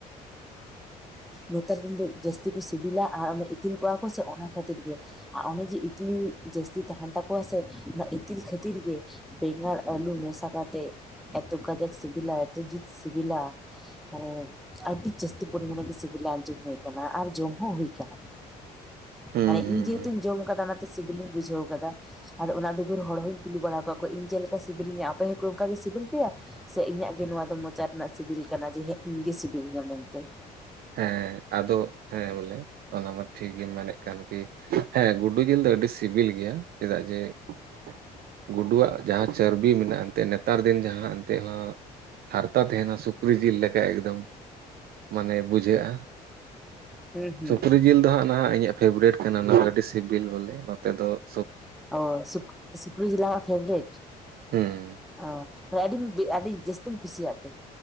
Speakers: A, in the centre; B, on the right.
A: ᱱᱮᱛᱟᱨᱤᱱ ᱫᱚ ᱡᱟᱹᱥᱛᱤ ᱠᱚ ᱥᱤᱵᱤᱞᱟ ᱟᱨ ᱚᱱᱮ ᱤᱛᱤᱞ ᱠᱚᱜᱼᱟ ᱠᱚ ᱥᱮ ᱚᱱᱟ ᱠᱷᱟᱹᱛᱤᱨ ᱜᱮ ᱾ ᱟᱨ ᱚᱱᱮ ᱡᱮ ᱤᱛᱤᱞ ᱡᱟᱹᱥᱛᱤ ᱛᱟᱦᱮᱱ ᱛᱟᱠᱚᱣᱟ ᱥᱮ ᱚᱱᱟ ᱤᱛᱤᱞ ᱠᱷᱟᱹᱛᱤᱨ ᱜᱮ ᱾ ᱵᱮᱸᱜᱟᱲ ᱟᱹᱞᱩ ᱢᱮᱥᱟ ᱠᱟᱛᱮᱜ ᱮᱛᱚ ᱠᱟᱡᱟᱠ ᱥᱤᱵᱤᱞᱟ ᱮᱛᱚ ᱡᱩᱛ ᱥᱤᱵᱤᱞᱟ ᱾ ᱢᱟᱱᱮ ᱟᱹᱰᱤ ᱡᱟᱹᱥᱛᱤᱢ ᱯᱚᱨᱤᱢᱟᱱ ᱜᱮ ᱥᱤᱵᱤᱞ <unintelligible> ᱟᱸᱡᱚᱢ ᱦᱩᱭ ᱟᱠᱟᱱᱟ ᱟᱨ ᱡᱚᱢ ᱦᱚᱸ ᱦᱩᱭᱩ ᱟᱠᱟᱱᱟ ᱾
B: ᱦᱩᱸ
A: ᱢᱟᱱᱮ
B: ᱦᱩᱸ
A: ᱤᱧ ᱡᱮᱦᱮᱛᱩᱧ
B: ᱦᱩᱸ
A: ᱡᱚᱢ ᱟᱠᱟᱫᱟ ᱚᱱᱟᱮ ᱥᱤᱵᱤᱞᱤᱧ ᱵᱩᱡᱷᱣ ᱠᱟᱫᱟ ᱾ ᱟᱫᱚ ᱚᱱᱟ ᱵᱮᱜᱟᱹᱨ ᱦᱚᱲ ᱦᱚᱧ ᱠᱩᱞᱤ ᱵᱟᱲᱟ ᱟᱠᱟᱫ ᱠᱚᱣᱟ ᱤᱧ ᱪᱮᱫ ᱞᱮᱠᱟ ᱥᱤᱵᱤᱞᱤᱧᱟᱹ ᱟᱯᱮ ᱦᱚᱸᱠᱚ ᱚᱱᱠᱟᱜ ᱜᱮ ᱥᱤᱵᱤᱞ ᱯᱮᱭᱟ ᱾ ᱥᱮ ᱤᱧᱟᱹᱜ ᱜᱮ ᱱᱚᱣᱟ ᱫᱚ ᱢᱚᱪᱟ ᱨᱮᱱᱟᱜ ᱥᱤᱵᱤᱞ ᱠᱟᱱᱟ ᱡᱮ ᱦᱮᱸ ᱤᱧᱜᱮ ᱥᱤᱵᱤᱞᱤᱧᱟ ᱢᱮᱱᱛᱮ ᱾
B: ᱦᱮᱸ ᱟᱫᱚ ᱦᱮᱸ ᱵᱚᱞᱮ ᱚᱱᱟ ᱢᱟ ᱴᱷᱤᱠ ᱜᱮᱢ ᱢᱮᱱᱮᱫ ᱠᱟᱱ ᱠᱤ ᱾ ᱦᱮᱸ ᱜᱩᱰᱩ ᱡᱤᱞ ᱫᱚ ᱟᱹᱰᱤ ᱥᱤᱵᱤᱞ ᱜᱮᱭᱟ ᱪᱮᱫᱟᱜ ᱡᱮ ᱾ ᱜᱩᱰᱩᱣᱟᱜ ᱡᱟᱦᱟᱸ ᱪᱚᱨᱵᱤ ᱢᱮᱱᱟᱜᱼᱟ ᱮᱱᱛᱮᱫ ᱱᱮᱛᱟᱨ ᱫᱤᱱ ᱡᱟᱦᱟᱸ ᱮᱱᱛᱮᱫ ᱦᱚᱸᱜ᱾ ᱦᱟᱨᱛᱟ ᱛᱟᱦᱮᱱᱟ ᱥᱩᱠᱨᱤ ᱡᱤᱞ ᱞᱮᱠᱟ ᱮᱠᱫᱚᱢ ᱢᱟᱱᱮ ᱾ ᱵᱩᱡᱷᱟᱹᱜᱼᱟ
A: ᱦᱩᱸ ᱦᱩᱸ
B: ᱥᱩᱠᱨᱤ ᱡᱤᱞ ᱫᱚ ᱦᱟᱸᱜ ᱱᱟᱦ ᱤᱧᱟᱹᱜ ᱾ ᱯᱷᱮᱵᱟᱨᱮᱴ ᱠᱟᱱᱟ ᱚᱱᱟ ᱟᱹᱰᱤ ᱥᱤᱵᱤᱞ ᱵᱚᱞᱮ ᱱᱚᱛᱮ ᱫᱚ ᱾
A: ᱚ ᱥᱩᱠᱥᱩᱠᱨᱤ ᱡᱤᱞ ᱟᱢᱟᱜ ᱯᱷᱮᱵᱨᱮᱴ ᱾
B: ᱦᱮᱸ ᱾
A: ᱚ ᱢᱟᱱᱮ ᱟᱹᱰᱤ ᱟᱹᱰᱤ ᱡᱟᱹᱥᱛᱤᱢ ᱠᱩᱥᱤᱭᱟᱜ ᱛᱮ ᱾